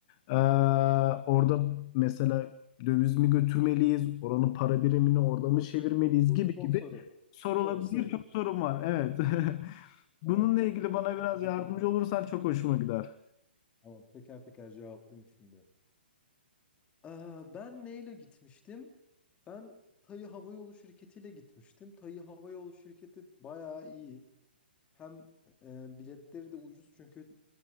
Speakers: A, on the left; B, on the left.
A: Ee, orada mesela döviz mi götürmeliyiz, oranın para birimini orada mı çevirmeliyiz
B: Bu
A: gibi
B: çok
A: gibi
B: soru.
A: sorular,
B: Çok soru.
A: birçok sorum var. Evet. <laughs> Bununla
B: Tamam.
A: ilgili
B: Teker
A: bana
B: teker
A: biraz
B: cevaplayayım.
A: yardımcı olursan çok hoşuma gider.
B: Tamam. Teker teker cevaplayayım şimdi. Aa, ben neyle gitmiştim? Ben Tayı Hava Yolu Şirketi ile gitmiştim. Tayı Hava Yolu Şirketi bayağı iyi. Hem e, biletleri de ucuz çünkü